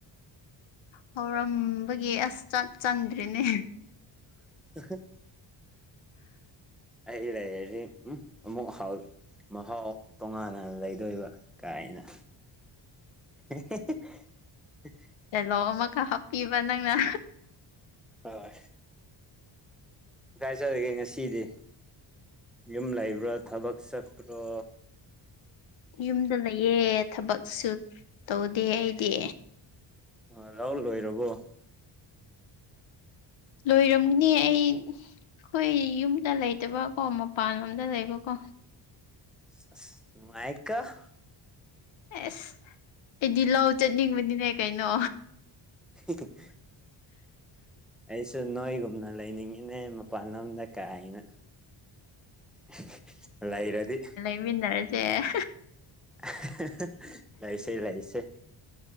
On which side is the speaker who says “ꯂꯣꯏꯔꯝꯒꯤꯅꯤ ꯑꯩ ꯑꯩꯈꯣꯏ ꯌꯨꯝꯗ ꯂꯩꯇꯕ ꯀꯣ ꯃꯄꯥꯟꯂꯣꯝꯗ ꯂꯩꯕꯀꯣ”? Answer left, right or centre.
Left